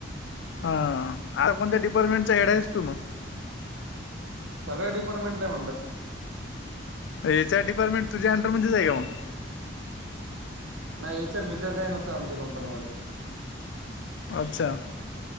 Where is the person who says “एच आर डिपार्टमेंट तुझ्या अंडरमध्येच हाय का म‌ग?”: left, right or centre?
Left